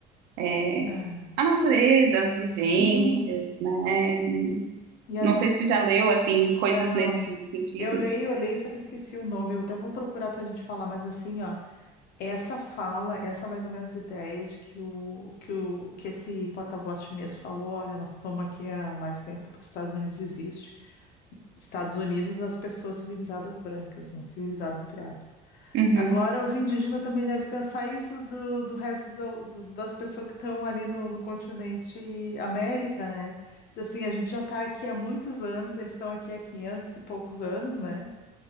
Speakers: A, on the right; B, on the left.
A: é,
B: ah.
A: a natureza, as vivências,
B: Sim,
A: né? E
B: e agora
A: não sei se tu já leu assim coisas
B: não.
A: nesse sentido.
B: Eu leio, eu leio, só que eu esqueci o nome. Eu até vou procurar para a gente falar, mas assim, ó, essa fala, essa é mais ou menos ideia de que o que o que esse porta-voz chinês falou, olha, nós estamos aqui há mais tempo do que os Estados Unidos existem Estados Unidos, as pessoas civilizadas brancas, né? Civilizado, entre aspas.
A: Uhum.
B: Agora, os indígenas também devem pensar isso do, do resto do- do- das pessoas que estão ali no, no continente América, né? Diz assim, a gente já está aqui há muitos anos, eles estão aqui há 500 e poucos anos, né?